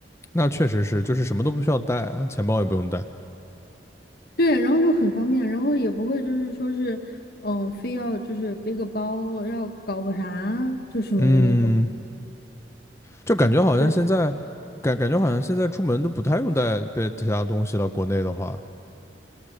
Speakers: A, on the left; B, on the left.
A: 那确实是，就是什么都不需要带啊，钱包也不用带。
B: 对，然后就很方便，然后也不会就是说是，嗯，非要就是背个包，要搞个啥就什么的那种。
A: 嗯，就感觉好像现在，
B: 对，
A: 感感觉好像现在出门都不太用带背其他东西了。国内的话，